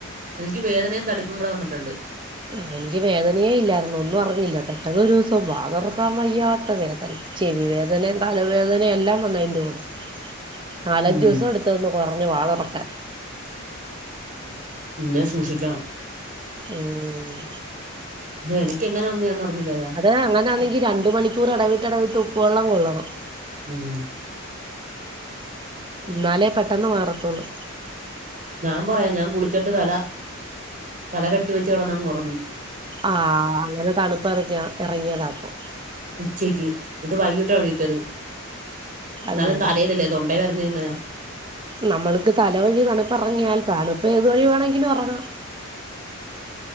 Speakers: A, on the right; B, on the right.
A: എനിക്ക് വേദനയും തടിപ്പുംകുടെ വന്നിട്ടൊണ്ട്.
B: ആ എനിക്ക് വേദനയേ ഇല്ലായിരുന്നു ഒന്നും അറിഞ്ഞില്ല പെട്ടെന്നൊരു ദിവസം വാ തൊറക്കാൻ വയ്യാത്തവേദന. ചെവി വേദനയും തലവേദനയും എല്ലാംവന്നു അതിന്റെകൂടെ നാലഞ്ചൂസമെടുത്തു
A: ഉം
B: ഒന്നുകൊറഞ്ഞു വാ തൊറക്കാൻ.
A: പിന്നേം സൂക്ഷിക്കണം.
B: ഉം
A: ഹേയ് എനിക്കെങ്ങനെയാ വന്നെയെന്ന് അറിഞ്ഞില്ലല്ലോ.
B: അതെ അങ്ങനെയാണെങ്കി രണ്ടുമണിക്കൂർ എടവിട്ട് എടവിട്ട് ഉപ്പുവെള്ളം കൊള്ളണം.
A: ഉം
B: എന്നാലേ പെട്ടെന്നുമാറത്തൊള്ളൂ.
A: ഞാൻപറയാം ഞാൻ കുളിച്ചിട്ട് തല തലകെട്ടിവെച്ച് കെടന്നങ്ങൊറങ്ങി.
B: ആ അങ്ങനെ തണുപ്പെറങ്ങി എറങ്ങിയതാപ്പൊ
A: ഉച്ചക്ക് എന്നിട്ട് വൈകിട്ടായെണീറ്റത്
B: അടിപൊളി
A: എന്നാലും തലയിലല്ലേ. തൊണ്ടെ വരണയെങ്ങനാ
B: നമ്മള്ക്ക് തലവഴി തണുപ്പെറങ്ങിയാൽ തണുപ്പ് ഏതുവഴി വേണമെങ്കിലും എറങ്ങാം.